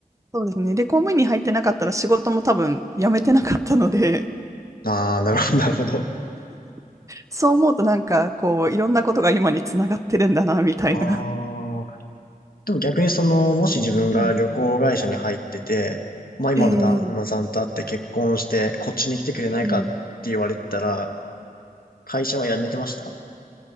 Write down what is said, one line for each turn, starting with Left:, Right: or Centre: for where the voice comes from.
Right: そうですね。で、公務員に入ってなかったら仕事も多分辞めてなかったので、
Left: ああ、なるほど、なるほど。
Right: <laughs> そう思うとなんかこういろんなことが今につながってるんだなみたいな。
Left: ああ、でも逆にその、もし自分が旅行会社に入ってて、
Right: はい。
Left: まあ今の旦那さんと会って結婚して、
Right: えー
Left: こっちに来てくれないかって言われてたら、
Right: えー
Left: 会社は辞めてました